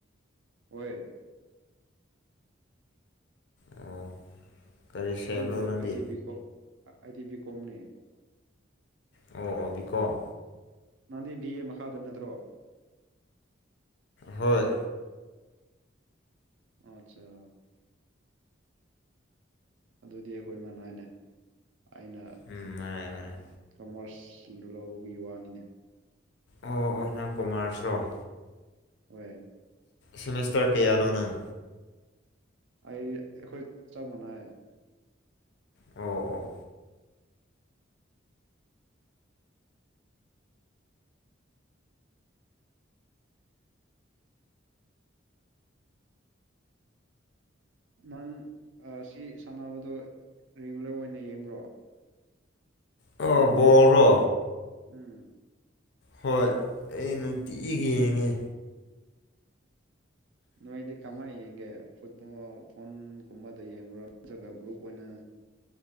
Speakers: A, on the right; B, on the left.
A: ꯑꯣꯏ
B: ꯑꯣ ꯀꯔꯤ ꯁꯦꯝꯕ꯭ꯔꯣ
A: ꯑꯗꯨꯕꯨ
B: ꯅꯪꯗꯤ
A: ꯑꯩꯗꯤ ꯕꯤ ꯀꯣꯝ ꯑꯩꯗꯤ ꯕꯤ ꯀꯣꯝꯅꯦ
B: ꯑꯣ ꯑꯣ ꯕꯤ ꯀꯣꯝ
A: ꯅꯪꯗꯤ ꯚꯤꯑꯦ ꯃꯈꯥꯗꯨ ꯅꯠꯇ꯭ꯔꯣ
B: ꯍꯣꯏ
A: ꯑꯆꯥ ꯑꯗꯨꯗꯤ ꯑꯩꯈꯣꯏ ꯃꯅꯥꯏꯅꯦ ꯑꯩꯅ
B: ꯎꯝ ꯃꯔꯥꯏ ꯃꯔꯥꯏ
A: ꯀꯃ꯭ꯔꯁ ꯁꯤꯡꯗꯣ ꯂꯧꯕꯤꯕ ꯋꯥꯅꯤꯅꯦ
B: ꯑꯣ ꯑꯣ ꯅꯪ ꯀꯨꯃꯥ꯭ꯔꯁꯔꯣ
A: ꯍꯣꯏ
B: ꯁꯦꯃꯤꯁꯇ꯭ꯔ ꯀꯌꯥꯅꯣ ꯅꯪ
A: ꯑꯩ ꯑꯩꯈꯣꯏ ꯆꯞ ꯃꯥꯟꯅꯩ
B: ꯑꯣ ꯑꯣ
A: ꯅꯪ ꯑ ꯁꯤ ꯁꯥꯟꯅꯕꯗꯣ ꯔꯤꯒꯨꯂ꯭ꯔ ꯑꯣꯏꯅ ꯌꯦꯡꯕ꯭ꯔꯣ
B: ꯑꯣ ꯕꯣꯜꯔꯣ
A: ꯎꯝ
B: ꯍꯣꯏ ꯑꯩ ꯅꯨꯡꯇꯤꯒꯤ ꯌꯦꯡꯉꯦ
A: ꯅꯣꯏꯗꯤ ꯀꯃꯥꯏ ꯌꯦꯡꯒꯦ ꯐꯨꯠꯕꯣꯜ ꯐꯣꯟꯒꯨꯝꯕꯗ ꯌꯦꯡꯕ꯭ꯔꯣ ꯅꯠꯇ꯭ꯔꯒ ꯒ꯭ꯔꯨꯞ ꯑꯣꯏꯅ